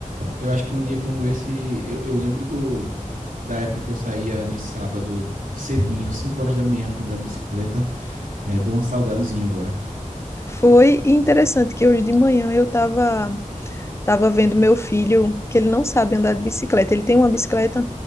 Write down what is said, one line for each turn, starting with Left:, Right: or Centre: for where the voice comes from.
Right: eu acho que um dia como esse, eu, eu lembro do, da época que eu saía no sábado cedinho, 5 horas da manhã pra andar de bicicleta. É, deu uma saudadezinha agora.
Left: Foi interessante que hoje de manhã eu tava Tava vendo meu filho, que ele não sabe andar de bicicleta. Ele tem uma bicicleta,